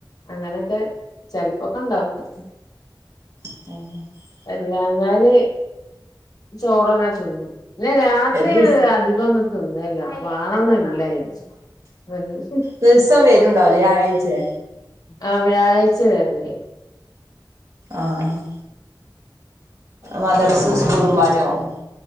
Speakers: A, on the left; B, on the right.
A: അങ്ങനെക്കെ ചെലപ്പൊക്ക ഇണ്ടാക്കും
B: <inaudible>
A: അല്ലഞ്ഞാൽ ചോറന്നെ ചുന്നും ഇല്ല രാത്രി
B: ദുസ്
A: അധികം തിന്നല്ല വേണന്നല്ല ചേച്ചി അത
B: ദിവസം വരുണ്ടാവുലേ വ്യാഴാഴ്ചേ
A: ആഹ് വ്യാഴ്ച വരല്
B: ആഹ് ആഹ് മദർസ് സ്കൂളും പാടയാവും